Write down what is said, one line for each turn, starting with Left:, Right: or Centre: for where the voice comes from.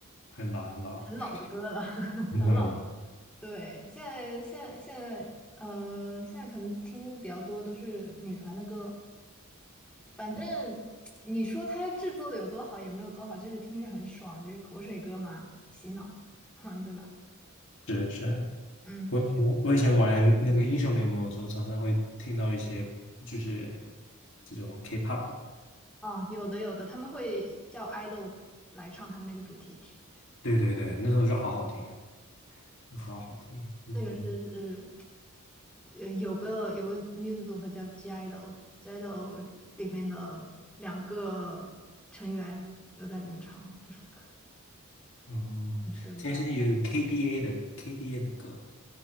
Left: 很老很老。
Centre: 很老的歌了，
Left: <laughs>
Centre: <laughs>
Left: 嗯，
Centre: 很老。对，现在现在现在呃，现在可能听比较多都是女团的歌。反正你说它制作的有多好也没有多好，就是听着很爽，就是口水歌嘛，洗脑，<laughs> 哼，对吧？
Left: 是是。
Centre: 嗯，
Left: 我以前我以前玩那个英雄联盟的时候，常常会听到一些就是这种 K-pop。
Centre: 哦，有的有的，他们会叫 idol 来唱他们那个主题曲，
Left: 对对对，那时候就好好听，好好听。嗯。
Centre: 那个是呃有个有个女子组合叫 G idol，G idol 里里面的两个成员有在里面唱这首歌，
Left: 哦，
Centre: 是有唱
Left: 现在是有 KDA 的 KDA 的歌，